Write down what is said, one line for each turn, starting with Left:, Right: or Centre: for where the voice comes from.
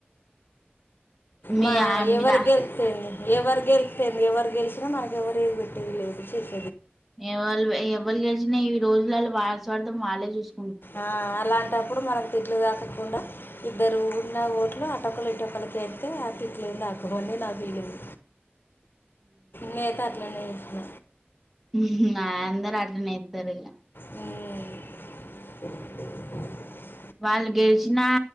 Centre: మీ
Left: మా
Centre: ఆ
Left: ఎవరు
Centre: మీద
Left: గెలిత్తే ఏంటి ఎవరు గెలితెంది ఎవరు గెలిచినా మనకి ఎవరు ఏది పెట్టేది లేదు చేసే
Centre: ఎవలు ఎవలు గేలిసినా ఈ రోజులళ్ళో వాళ్ల స్వార్థం వాళ్లే చూస్
Left: ఆ అలాంటప్పుడు మనకు తిట్లు తాకకుండా ఇద్దరు ఉన్న ఓట్లు అ అట్టొ ఒకలు ఇటు ఒకలకేత్తే ఆ తిట్లేం తాకవు అని నా ఫీలింగ్ నేనయితే అట్లనే చేసిన
Centre: మ్ హు అందరు అట్లనేత్తరిగా
Left: మ్
Centre: వాళ్ళు గెలిచినా